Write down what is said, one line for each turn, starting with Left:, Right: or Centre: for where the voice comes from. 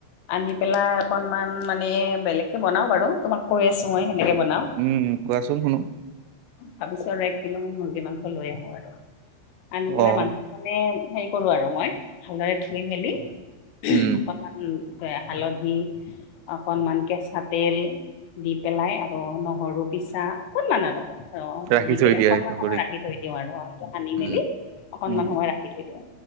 Left: আনি পেলাই অকনমান মানে বেলেগকে বনাও বাৰু তোমাক কৈ আছো মই কেনেকে বনাও
Right: উম কোৱাচোন শুনো
Left: ভাবিছো আৰু এক কিলো মান মুৰ্গী মাংস লৈ আহো আৰু আনি
Right: অ
Left: পেলাই মাংস মানে হেৰি কৰো আৰু মই ভালদৰে ধুই মেলি উহুম
Right: উম
Left: অকণমান হালধি, অকণমান কেঁচা তেল দি পেলাই আৰু নহৰু পিছা অকণমান আৰু। অ
Right: ৰাখি
Left: দি
Right: থৈ
Left: পেলাই
Right: দিয়া
Left: অকনমান
Right: এইটো
Left: সময়
Right: কৰি
Left: ৰাখি থৈ দিওঁ আৰু অ এইটো সানি
Right: উম
Left: মেলি অকনমান
Right: উম
Left: সময় ৰা থাকি থৈ দিওঁ,